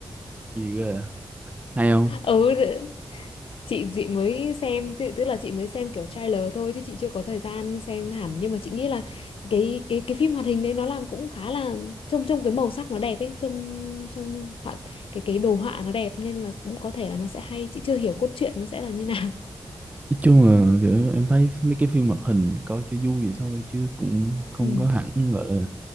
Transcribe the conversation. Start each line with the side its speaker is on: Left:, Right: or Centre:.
Right: gì cơ à? hay không
Left: ừ chị chị mới xem tự- tức là chị mới xem kiểu trailer thôi chứ chị chưa có thời gian xem hẳn nhưng mà chị nghĩ là cái cái cái phim hoạt hình đấy nó làm cũng khá là trông trông cái màu sắc nó đẹp ấy trông trông họa cái cái đồ họa nó đẹp nên là cũng có thể là nó sẽ hay chị chưa hiểu cốt truyện nó sẽ là như <laughs> nào
Right: nói chung là kiểu em thấy mấy cái phim hoạt hình coi cho vui vậy thôi chứ cũng không
Left: ừ
Right: có hẳn gọi là